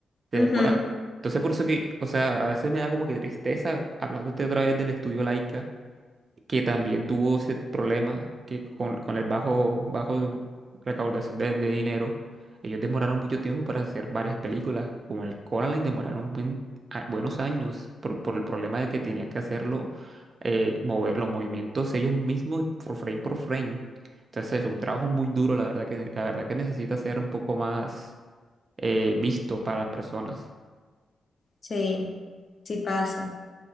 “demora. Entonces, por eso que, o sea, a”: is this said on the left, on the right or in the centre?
Right